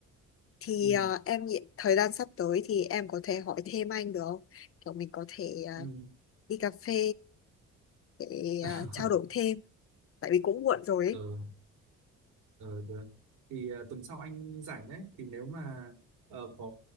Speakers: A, on the left; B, on the right.
A: thì
B: ừ
A: à, em nghĩ thời gian sắp tới thì em có thể hỏi thêm anh được không kiểu mình có thể à,
B: ừ
A: đi cà phê để
B: <laughs>
A: à, trao đổi thêm tại vì cũng muộn rồi ấy.
B: ừ, ừ được thì ờ, tuần sau anh rảnh đấy thì nếu mà ờ, có,